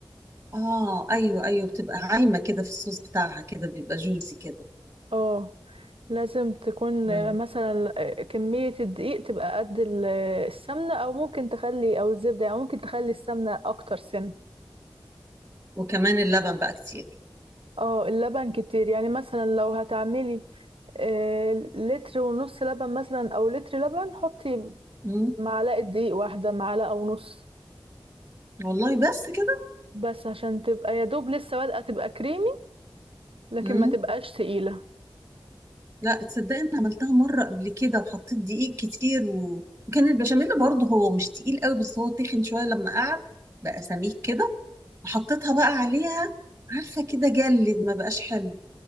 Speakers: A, on the right; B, on the right.
A: اه ايوه ايوه بتبقى عايمه كده في الصوص بتاعها كده بيبقى جوسي كده
B: اه لازم تكون
A: امم
B: آه، مثلا آه، كمية الدقيق تبقى قد ال- آه، السمنة او ممكن تخلي او الزبدة يعني ممكن تخلي السمنة اكتر سن
A: وكمان اللبن بقى كتير
B: اه اللبن كتير يعني مثلا لو هتعملي آه، لتر ونص لبن مثلا او لتر لبن حطي
A: امم
B: معلقة دقيق واحدة معلقة ونص
A: والله بس كده
B: بس عشان تبقى يا دوب لسه بادئة تبقى كريمي لكن
A: امم
B: ما تبقاش تقيلة
A: لا تصدقي انا عملتها مره قبل كده وحطيت دقيق كتير و... وكان البشاميل برضه هو مش تقيل قوي بس هو تخن شويه لما قعد بقى سميك كده وحطيتها بقى عليها عارفه كده جلد ما بقاش حلو